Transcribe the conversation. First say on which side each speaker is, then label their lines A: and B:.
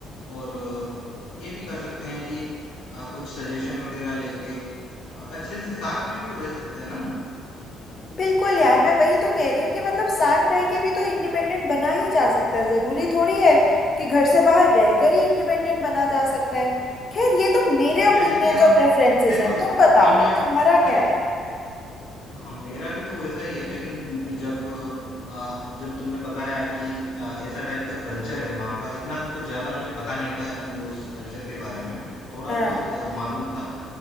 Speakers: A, on the left (about 85°); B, on the left (about 30°).
A: और अ, ये भी कर सकते हैं कि अ, कुछ सजेशन वगैरह लेके हाँ, अच्छे से साथ में भी तो रह सकते हैं ना
B: बिल्कुल यार मैं वही तो कह रही हूँ कि मतलब साथ रह के भी तो इंडिपेंडेंट बना ही जा सकता है जरूरी थोड़ी है कि घर से बाहर रहकर ही इंडिपेंडेंट बना जा सकता है खैर ये तो मेरे
A: हाँ
B: ओपिनियंस
A: जैसे कि हम
B: और प्रेफरेंसेस
A: देखो
B: हैं
A: देखो
B: तुम बताओ
A: इंडिया
B: तुम्हारा
A: देखो
B: क्या है
A: हाँ मेरा भी तो वैसा ही है लेकिन जब आ, जब तुमने बताया कि आ, ऐसा टाइप का कल्चर है वहाँ का इतना तो ज्यादा मुझे पता नहीं था उस कल्चर के बारे में थोड़ा
B: हाँ
A: बहुत मालूम था